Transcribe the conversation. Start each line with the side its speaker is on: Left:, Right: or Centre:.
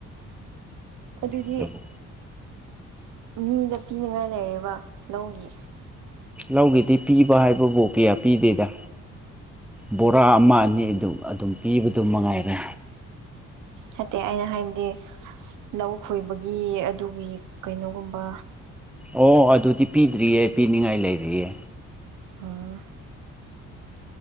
Right: ꯑꯗꯨꯗꯤ
Centre: ꯑꯗꯨꯕꯨ
Right: ꯃꯤꯗ ꯄꯤꯅꯤꯉꯥꯏ ꯂꯩꯔꯦꯕ ꯂꯧꯒꯤ
Centre: ꯂꯧꯒꯤꯗꯤ ꯄꯤꯕ ꯍꯥꯏꯕꯕꯨ ꯀꯌꯥ ꯄꯤꯗꯦꯗ ꯕꯣꯔꯥ ꯑꯃ ꯑꯅꯤ ꯑꯗꯨ ꯑꯗꯨꯝ ꯄꯤꯕꯗꯨ ꯃꯉꯥꯏꯔꯦ
Right: ꯅꯠꯇꯦ ꯑꯩꯅ ꯍꯥꯏꯗꯤ ꯂꯧ ꯈꯣꯏꯕꯒꯤ ꯑꯗꯨꯒꯤ ꯀꯩꯅꯣꯒꯨꯝꯕ
Centre: ꯑꯣ ꯑꯗꯨꯗꯤ ꯄꯤꯗ꯭ꯔꯤꯌꯦ ꯄꯤꯅꯤꯡꯉꯥꯏ ꯂꯩꯔꯤꯌꯦ
Right: ꯑꯥ